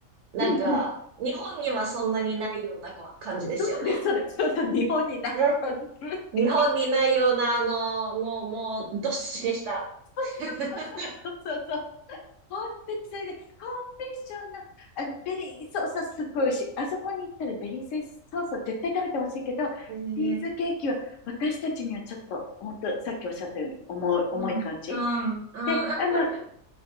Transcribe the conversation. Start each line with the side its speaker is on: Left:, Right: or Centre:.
Right: なんか、
Left: うんうん。
Right: 日本にはそんなにないようなこ感じですよね。
Left: そうです、そうです。そうそう、日本にない感じ。
Right: ね
Left: <laughs>
Right: 日本にないような、あの、もう、もう、どっしりした。<laughs>
Left: そうそうそうそうそう。本当にそれで、コンフェッションの、あの、ベリーソースはすっごい美味しい。あそこに行ったらベリーソースを絶対食べてほしいけど、
Right: えー、
Left: チーズケーキは私たちにはちょっと、本当さっきおっしゃったように重い、重い感じ。
Right: うん、うん、うん。<laughs>
Left: で、あの、<laughs> ナイ